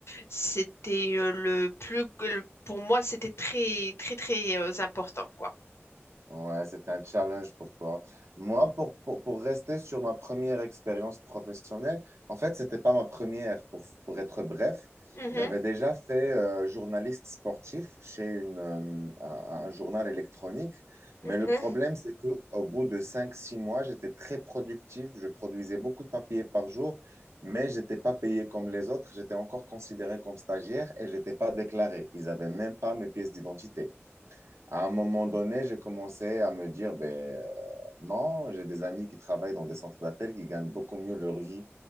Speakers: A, on the left; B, on the right.
A: c'était euh, le plus le- pour moi, c'était très très très euh, important quoi.
B: Ouais, c'est un challenge pour toi. Moi, pour, pour, pour rester sur ma première expérience professionnelle, en fait, c'était pas ma première, pour, pour être bref.
A: Mhm,
B: J'avais déjà fait euh, journaliste sportif chez une, euh, un, un journal électronique, mais
A: mhm.
B: le problème, c'est que au bout de cinq six mois, j'étais très productif, je produisais beaucoup de papiers par jour, mais j'étais pas payé comme les autres, j'étais encore considéré comme stagiaire et j'étais pas déclaré. Ils avaient même pas mes pièces d'identité. À un moment donné, j'ai commencé à me dire, ben, euh, non, j'ai des amis qui travaillent dans des centres d'appel qui gagnent beaucoup mieux leur vie